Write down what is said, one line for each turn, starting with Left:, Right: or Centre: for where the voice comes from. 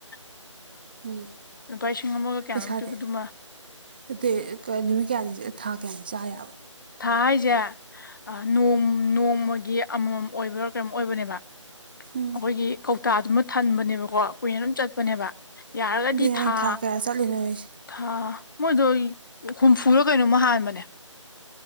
Left: <unintelligible>
Right: ꯎꯝ
Left: ꯂꯨꯄꯥ ꯂꯤꯁꯤꯡ ꯑꯃꯒ ꯀꯌꯥꯅꯣ
Right: ꯄꯩꯁꯥꯗꯤ
Left: ꯄꯤꯕꯗꯨꯃ
Right: ꯅꯠꯇꯦ ꯅꯨꯃꯤꯠ ꯀꯌꯥꯅꯤ ꯊꯥ ꯀꯌꯥꯅꯤ ꯆꯥ ꯌꯥꯕ
Left: ꯊꯥ ꯍꯥꯏꯁꯦ ꯅꯣꯡ ꯅꯣꯡꯃꯒꯤ ꯑꯃꯃꯝ ꯑꯣꯏꯕꯥ ꯀꯩꯅꯣꯝ ꯑꯣꯏꯕꯅꯦꯕ
Right: ꯎꯝ
Left: ꯑꯩꯈꯣꯏꯒꯤ ꯀꯧꯇꯥꯗꯨꯃ ꯊꯟꯕꯅꯦꯕꯀꯣ ꯀꯨꯏꯅ ꯑꯗꯨꯝ ꯆꯠꯄꯅꯦꯕ ꯌꯥꯔꯒꯗꯤ
Right: ꯑꯗꯨꯅꯦ ꯑꯩꯅ
Left: ꯊꯥ
Right: ꯀꯌꯥ ꯆꯠꯂꯤꯅꯣ ꯍꯥꯏꯁꯦ
Left: ꯊꯥ ꯃꯣꯏꯗꯣ ꯍꯨꯝꯐꯨꯔ ꯀꯩꯅꯣꯝꯃ ꯍꯥꯟꯕꯅꯦ